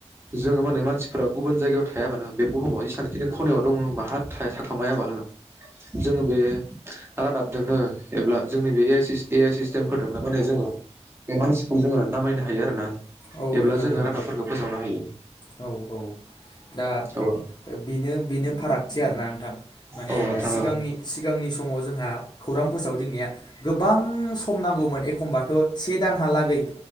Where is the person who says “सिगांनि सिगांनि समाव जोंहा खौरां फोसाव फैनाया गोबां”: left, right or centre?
Left